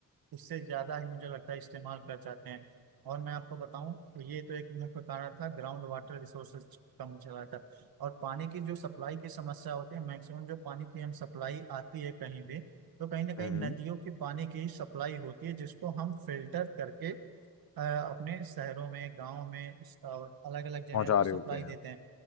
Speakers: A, on the right (about 80°); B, on the left (about 50°).
A: इससे ज्यादा ही मुझे लगता है इस्तेमाल कर जाते हैं और मैं आपको बताऊं तो ये तो एक मुख्य कारण था ग्राउंड वाटर रिसोर्सेज कम चला था और पानी की जो सप्लाई की समस्या होती है मैक्सिमम जो पानी की हम सप्लाई आती है कहीं भी तो कहीं ना कहीं
B: हम्म
A: नदियों के पानी की सप्लाई होती है जिसको हम फिल्टर करके अ, अपने शहरों में गांव में अलग अलग जगह
B: पहुंचा
A: पे
B: रहे
A: सप्लाई
B: होते हैं
A: देते हैं